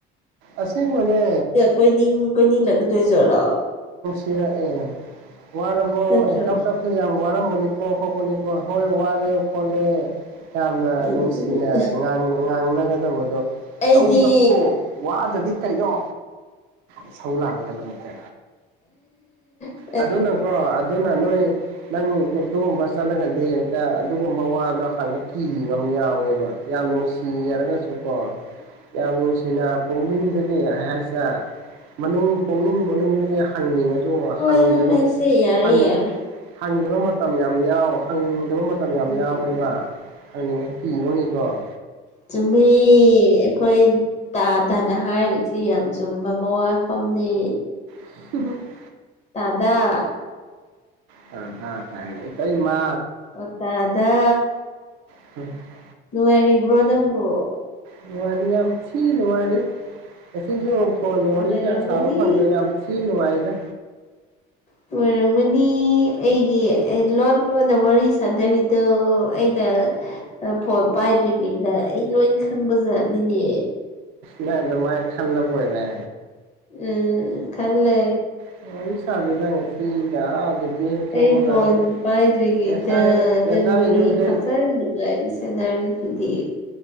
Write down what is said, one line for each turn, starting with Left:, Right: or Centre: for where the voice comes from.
Right: ꯑꯁꯦꯡꯕꯅꯦ
Left: ꯀꯣꯏꯅꯤꯡ ꯀꯣꯏꯅꯤꯡꯂꯛꯀꯗꯣꯏꯖꯔꯣ
Right: ꯐꯤꯔꯛ ꯑꯦ ꯋꯥꯔꯕꯣ
Left: ꯅꯠꯇ꯭ꯔꯣ
Right: <unintelligible> ꯁꯤ ꯌꯥꯝ ꯋꯥꯔꯃꯅꯤꯀꯣ ꯍꯧꯄꯅꯤꯀꯣ ꯍꯣꯏ ꯋꯥꯔꯦ ꯀꯣꯜꯂꯦ ꯌꯥꯝꯅ
Left: ꯎꯝ
Right: ꯅꯨꯡꯁꯤꯅꯥ ꯉꯥꯡ ꯉꯥꯡꯅꯒꯗꯕꯗꯣ
Left: ꯑꯩꯗꯤ
Right: ꯂꯧ ꯆꯞꯄꯣ ꯋꯥꯗ꯭ꯔꯗꯤ ꯀꯩꯅꯣ ꯏꯁꯧ ꯂꯥꯡꯉꯦ ꯅꯪꯁꯦ
Left: ꯑꯦ
Right: ꯑꯗꯨꯅꯀꯣ ꯑꯗꯨꯅ ꯅꯣꯏ ꯅꯪ ꯑꯗꯨꯒꯨꯝꯕ ꯆꯠꯂꯒꯗꯤ ꯍꯦꯛꯇ ꯑꯗꯨꯒꯨꯝꯕ ꯋꯥꯗꯣ ꯍꯥꯡꯕ ꯀꯤꯕ ꯑꯃ ꯌꯥꯎꯋꯦꯕ ꯌꯥꯝ ꯅꯨꯡꯁꯤꯔꯒꯁꯨꯀꯣ ꯌꯥꯝ ꯅꯨꯡꯁꯤꯅ ꯄꯨꯛꯅꯤꯡꯗꯒꯤ ꯍꯥꯏꯁꯤꯔ ꯃꯅꯨꯡ ꯄꯨꯛꯅꯤꯡ ꯃꯅꯨꯡꯗꯒꯤ ꯍꯪꯅꯤꯡꯉꯁꯨ
Left: ꯍꯣꯏ
Right: ꯍꯪꯗꯕ
Left: ꯍꯣꯏ ꯍꯣꯏ ꯁꯦ ꯌꯥꯔꯦ
Right: ꯍꯪ
Left: ꯌꯥꯔꯦ
Right: ꯍꯪꯗꯕꯃꯇꯝ ꯌꯥꯝ ꯌꯥꯎ ꯍꯪꯗꯕ ꯃ ꯇꯝ ꯌꯥꯝ
Left: ꯎꯝ
Right: ꯌꯥꯎꯋꯦꯕ ꯍꯪꯅꯤꯡꯉꯁꯨ ꯀꯤꯕꯒꯤꯀꫭ
Left: ꯆꯨꯝꯃꯤ ꯑꯈꯣꯏ ꯇꯥꯗꯅ ꯍꯥꯏꯔꯤꯁꯤ ꯌꯥꯝ ꯆꯨꯝꯕ ꯃꯋꯥꯥ ꯃꯐꯝꯅꯤ
Right: <unintelligible>
Left: ꯇꯥꯗꯥ
Right: ꯇꯥꯗꯥ ꯀꯥꯏꯅ ꯏꯇꯩꯃꯥ
Left: ꯑꯣ ꯇꯗꯥ
Right: <unintelligible>
Left: ꯅꯨꯡꯉꯥꯏꯔꯤꯕ꯭ꯔꯣ ꯅꯪꯕꫭ
Right: ꯅꯨꯡꯉꯥꯏꯔꯤ ꯌꯥꯝ ꯊꯤ ꯅꯨꯡꯉꯥꯏꯔꯤ ꯉꯁꯤꯁꯨ
Left: ꯎꯝ
Right: ꯐꯣꯟꯗ
Left: ꯅꯨꯡꯉꯥꯏꯔꯝꯒꯅꯤ
Right: ꯋꯥꯔꯤ ꯀꯌꯥ ꯁꯥꯕ ꯐꯪꯗ꯭ꯔꯦ ꯌꯥꯝ ꯊꯤ ꯅꯨꯡꯉꯥꯏꯔꯤꯗ
Left: ꯅꯨꯡꯉꯥꯏꯔꯝꯒꯅꯤ ꯑꯩꯒꯤ ꯂꯣꯟ ꯂꯣꯟꯗ ꯋꯥꯔꯤ ꯁꯥꯅꯔꯤ ꯇꯣ ꯑꯩꯅ ꯑ ꯐꯣꯟ ꯄꯥꯏꯗ꯭ꯔꯤꯉꯩꯗ ꯑꯩ ꯂꯣꯏ ꯈꯪꯕꯖꯥꯠꯅꯤꯅꯦ
Right: ꯅꯪ ꯑꯗꯨꯝꯃꯥꯥꯏ ꯈꯜꯂ ꯕꯣꯏꯔꯦ
Left: ꯎꯝ ꯈꯜꯂꯦ
Right: ꯐꫭꯟ ꯋꯥꯔꯤ ꯁꯥꯗꯦꯗ ꯉꯁꯤꯒ ꯑꯥ ꯍꯦꯛ ꯊꯣꯛꯄꯒ
Left: ꯑꯩ ꯐꯣꯟ ꯄꯥꯏꯗ꯭ꯔꯤ ꯉꯩꯗ
Right: ꯉꯁꯥꯏ ꯉꯁꯥꯏꯁꯨ
Left: ꯅꯪ ꯋꯥꯔꯤ
Right: ꯍꯦꯛ
Left: ꯐꯖꯅ ꯅꯨꯉꯥꯏꯅꯤ ꯁꯟꯅꯔꯤꯗꯨꯗꯤ